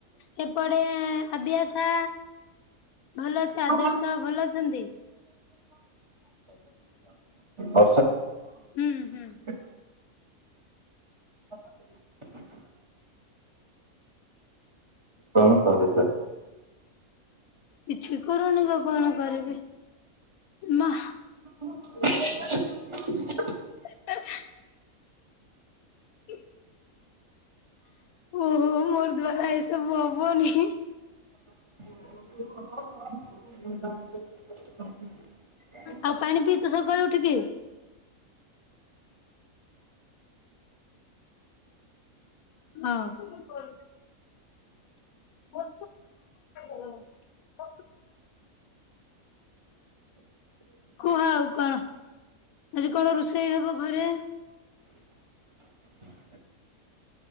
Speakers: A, on the left; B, on the right.
A: ସେପଟେ ଆଦ୍ୟାସା। ଭଲ
B: <inaudible>
A: ଅଛି ଆଦର୍ଶ ଭଲ ଅଛନ୍ତି
B: ଆ
A: ହୁଁ ହୁଁ
B: <inaudible> <inaudible> କଣ କରୁଚ
A: କିଛି କରୁନି ତ କଣ କରିବି ମା।
B: <inaudible>
A: <inaudible> <unintelligible> ଓହୋ ମୋର ଦ୍ଵାରା ଏଇସବୁ ହବନି।
B: <inaudible>
A: ଆଉ ପାଣି ପିଇଛୁ ସକାଳେ ଉଠିକି। ହଁଧ୍ୟ ବମ <inaudible> <unintelligible> ହୁ ହ ଆଉ କଣ। ଆଜି କଣ ରୋଷେଇ ହବ ଘରେ?
B: <inaudible>